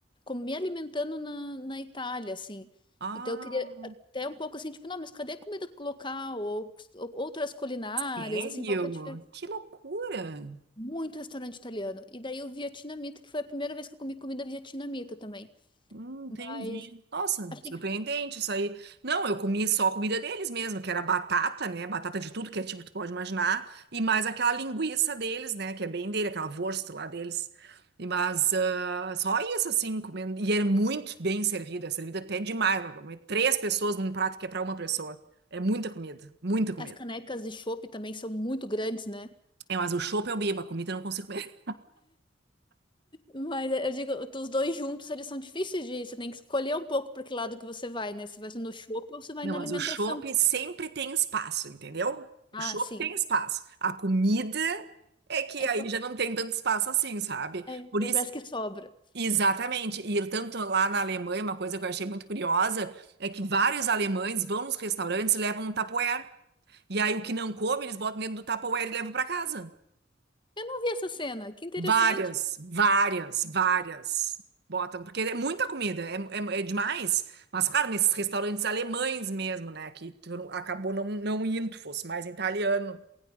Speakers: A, on the left; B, on the right.
A: me alimentando na, na Itália, assim.
B: Ah,
A: Então eu queria até um pouco assim, tipo, não, mas cadê a comida local? Ou, ou outras culinárias,
B: sério?
A: assim, qual que é a diferença?
B: Que loucura!
A: Muito restaurante italiano. E daí o vietnamita, que foi a primeira vez que eu comi comida vietnamita também.
B: Hum, entendi.
A: Mas
B: Nossa,
A: achei
B: surpreendente
A: que
B: isso aí. Não, eu comi só a comida deles mesmo, que era batata, né? Batata de tudo que é tipo, tu pode imaginar. E mais aquela linguiça deles, né? Que é bem dele, aquela wurst lá deles. E, mas ah, só isso, assim, comendo. E era muito bem servida, é servida até demais. pra comer Três pessoas num prato que é pra uma pessoa. É muita comida, muita comida.
A: as canecas de chopp também são muito grandes, né?
B: É, mas o chopp eu bebo, a comida eu não consigo comer.
A: Mas eu digo, os dois juntos, eles são difíceis de ir. Você tem que escolher um pouco para que lado que você vai, né? Se vai no shopping ou se vai
B: Não,
A: na
B: mas
A: alimentação.
B: o chopp sempre tem espaço, entendeu?
A: Ah,
B: O chopp
A: sim.
B: tem espaço. A comida é que
A: Aí,
B: aí
A: pa-
B: já não tem tanto espaço assim, sabe?
A: é, aí
B: Por isso,
A: parece que sobra.
B: exatamente. E tanto lá na Alemanha, uma coisa que eu achei muito curiosa é que vários alemães vão nos restaurantes e levam um Tupperware. E aí o que não come, eles botam dentro do Tupperware e levam para casa.
A: Eu não vi essa cena. Que interessante.
B: Várias, várias, várias botam, porque é muita comida, é, é, é demais. Mas, claro, nesses restaurantes alemães mesmo, né? Que tu não- acabou não, não indo, fosse mais italiano.